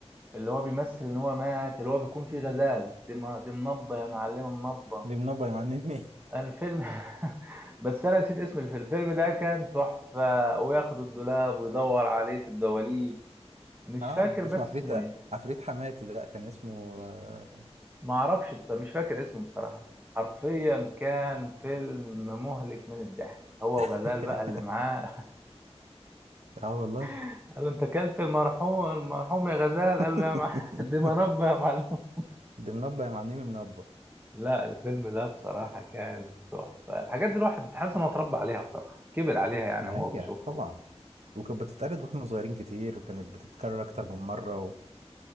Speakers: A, on the right; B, on the right.
A: اللي هو بيمثل ان هو مات اللي هو بيكون فيه غزال دي م- دي منبه يا معلمه منبه
B: دي منبه يا معلمي
A: الفيلم <laughs> بس انا نسيت اسم الفيلم الفيلم ده كان تحفه وياخد الدولاب ويدور عليه في الدواليب
B: <laughs>
A: مش
B: اه
A: فاكر بس
B: اسمه عفريت
A: اسمه ايه
B: عفريت حماتي ده كان اسمه اه
A: ما اعرفش بس مش فاكر اسمه بصراحه حرفيا كان فيلم مهلك من الضحك هو
B: <laughs>
A: وغزال بقى اللي معاه
B: آه والله
A: <laughs> قال له انت كلت المرحوم المرحوم يا غزال
B: <laughs>
A: قال له يا مع... <laughs> دي منبه يا معلم
B: ده منبه يا معلمي منبه
A: لا الفيلم ده بصراحة كان تحفة الحاجات دي الواحد حاسس إنه اتربى عليها بصراحة كبر عليها يعني
B: ما
A: هو بيشوفها
B: هي طبعا وكانت بتتعرض واحنا صغيرين كتير وكانت بتتكرر اكتر من مره